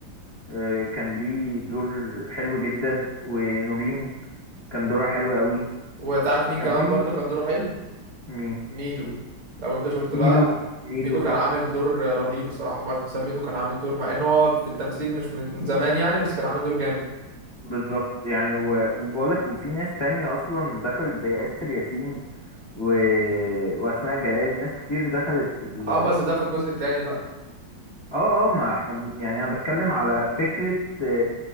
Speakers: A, on the left; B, on the right.
A: إيه، كان ليه دور حلو جدا ونورين كان دورها حلو قوي
B: وتعرف مين
A: كان
B: كمان
A: في
B: برضو كان دوره حلو
A: مين
B: ميدو لو انت شفت بقى
A: ميدو ميدو
B: ميدو كان
A: صح
B: عامل دور رهيب الصراحة أحمد حسام ميدو كان عامل دور مع إن هو في التمثيل مش من من زمان يعني بس كان عامل دور جامد
A: بالظبط يعني و- وبقولك وفي ناس تانية اصلا دخلت زي اسر ياسين و... واسماء جلال ناس كتير دخلت في ال
B: اه بس ده في الجزء التاني بقى
A: اه اه ما احنا بن... يعني انا بتكلم على فكرة آه،